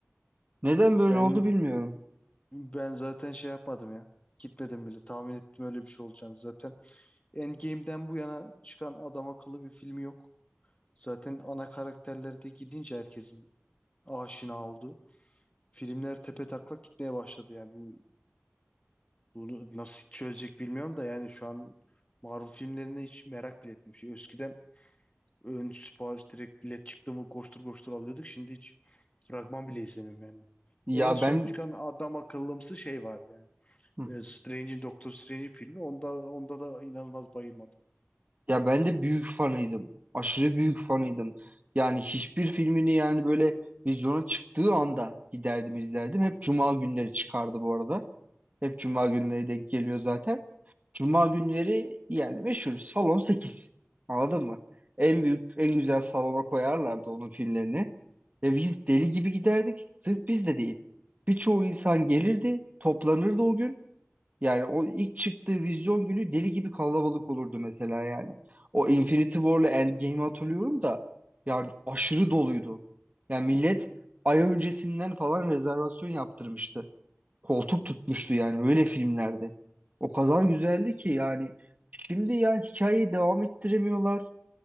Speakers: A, on the right; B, on the left.
A: Neden böyle
B: Ben
A: oldu bilmiyorum.
B: ben zaten şey yapmadım ya. Gitmedim bile. Tahmin ettim öyle bir şey olacağını zaten. Endgame'den bu yana çıkan adam akıllı bir film yok. Zaten ana karakterler de gidince herkesin aşina oldu. Filmler tepetaklak gitmeye başladı yani. Bu, bunu nasıl çözecek bilmiyorum da yani şu an Marvel filmlerine hiç merak bile etmiyorum. Şey, eskiden ön sipariş direkt bilet çıktı mı koştur koştur alıyorduk. Şimdi hiç fragman bile izlemiyorum yani.
A: Ya
B: En son
A: ben
B: çıkan adam akıllımsı şey vardı yani.
A: hı.
B: E, Strange'in Doctor Strange'in filmi onda onda da inanılmaz bayılmadım.
A: ya ben de büyük fanıydım. Aşırı büyük fanıydım. Yani hiçbir filmini yani böyle vizyona çıktığı anda giderdim izlerdim. Hep cuma günleri çıkardı bu arada. Hep cuma günleri denk geliyor zaten. Cuma günleri yani meşhur salon sekiz Anladın mı? En büyük, en güzel salona koyarlardı onun filmlerini. Ve biz deli gibi giderdik. Sırf biz de değil. Birçoğu insan gelirdi, toplanırdı o gün. Yani o ilk çıktığı vizyon günü deli gibi kalabalık olurdu mesela yani. O Infinity War'la Endgame'i hatırlıyorum da yani aşırı doluydu. Yani millet ay öncesinden falan rezervasyon yaptırmıştı koltuk tutmuştu yani öyle filmlerde. O kadar güzeldi ki yani şimdi yani hikayeyi devam ettiremiyorlar